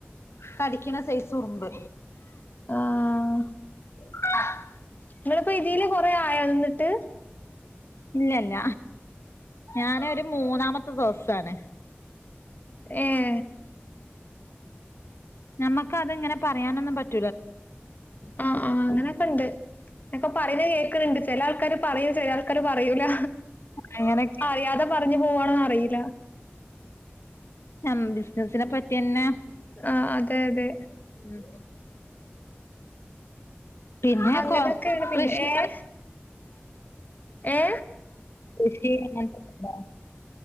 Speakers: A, on the left; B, on the left.
A: കടിക്കണ സെയ്‌സ് ഉറുമ്പ്
B: ആഹ്
A: <unintelligible>
B: നിങ്ങളിപ്പോ ഇതില് കൊറെ ആയ നിന്നിട്ട്
A: ഇല്ല ഇല്ല ഞാനരു മൂന്നാമത്തെ ദിവസാണ്
B: ഏഹ്
A: നമക്ക് അത് ഇങ്ങനെ പറയാനൊന്നും പറ്റ
B: ആഹ് ആഹ് അങ്ങനെയൊക്കെ ഇണ്ട് എന്നക്കെ പറയണ കേക്ക്ണ്ട് ചില ആൾക്കാര് പറയൂ ചില ആൾക്കാര് പറയൂല
A: അങ്ങനൊക്കെ
B: അറിയാതെ പറഞ്ഞു പോകണ പയില്ല
A: ഞം ബിസിനസിനെ പറ്റിന്നെ
B: ആഹ് അതെ അതെ
A: ഉമ് പിന്നെ
B: അങ്ങനൊക്കെയാണ്
A: കൊ
B: പിന്നെ
A: കൃഷ്ണിക
B: ഏ ഏ
A: കൃഷി അങ്ങനത്തെ ഒക്കെ ഉണ്ടോ